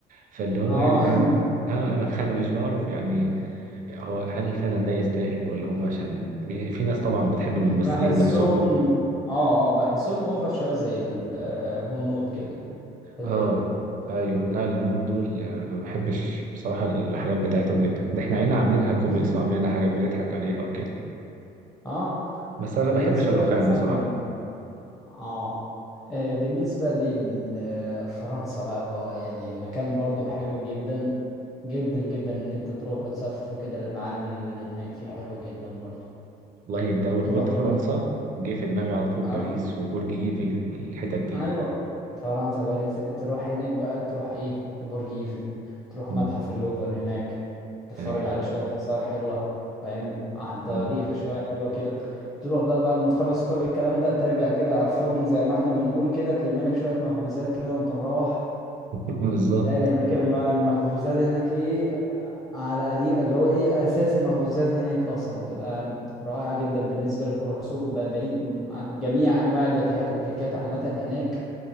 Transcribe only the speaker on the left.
<laughs>
اه
بحسهم
اه اه بحسهم اوفر شويه زي الهنود كده في الهند
<laughs>
اه
بالنسبه
بقى مثلا
اه آه، بالنسبه لفرنسا بقى, بقى يعني مكان برضو حلو جدا جدا جدا ان انت تروح وتسافر وكده المعالم اللي هناك فيه حلوه جدا برضو
تروح
بقى
ايوه فرنسا باريس تروح هناك بقى تروح ايه برج ايفل تروح
متحف اللوفر هناك تتفرج
على شوية آثار حلوة فاهم عن تاريخ
شوية حلوة كده تروح بقى بعد ما تخلص كل الكلام ده ترجع كده على الفرن زي ما احنا بنقول كده تلم لك شوية مخبوزات كده وانت مروح
تلاقي اللي هناك الم- المخبوزات هناك ايه على قديم اللي هو ايه اساس المخبوزات هناك اصلا بتبقى رائعة جدا بالنسبة للكرواسون ب- بقيت م- جميع انواع الباتيهات والكيكات عامة هناك